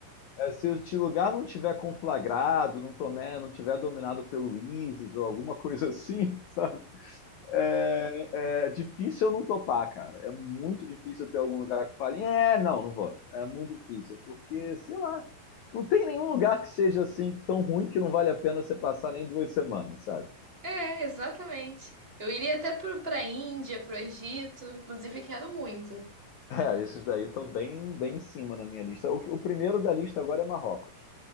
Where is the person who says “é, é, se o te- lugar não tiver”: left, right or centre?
Left